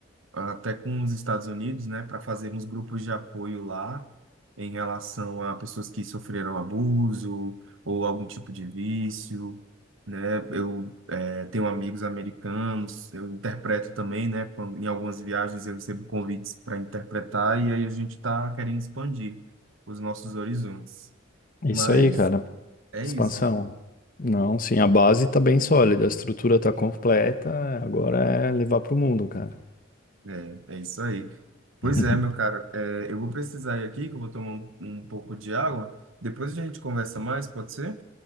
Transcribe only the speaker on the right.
até com os Estados Unidos, né, para fazermos grupos de apoio lá em relação a pessoas que sofreram abuso ou algum tipo de vício, né? Eu eh, tenho amigos americanos, eu interpreto também, né? Quando, em algumas viagens eu recebo convites para interpretar e aí a gente está querendo expandir os nossos horizontes.
Mas
é
isso.
É, é isso aí. Pois
é, meu cara. É, eu vou precisar ir aqui, que eu vou tomar um, um pouco de água. Depois a gente conversa mais, pode ser?